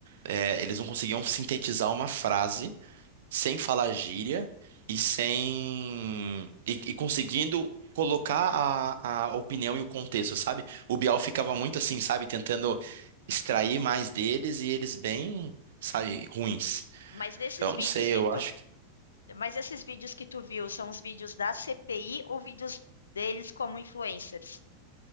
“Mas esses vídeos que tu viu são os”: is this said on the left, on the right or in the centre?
Left